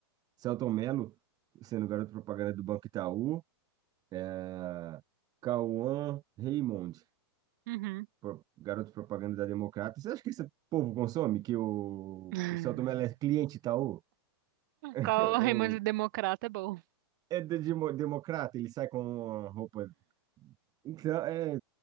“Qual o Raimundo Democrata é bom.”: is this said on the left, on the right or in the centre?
Right